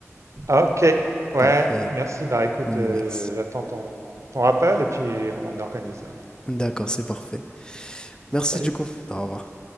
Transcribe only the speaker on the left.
Parfait.
Merci.
D'accord, c'est parfait. Merci
du coup. Au revoir.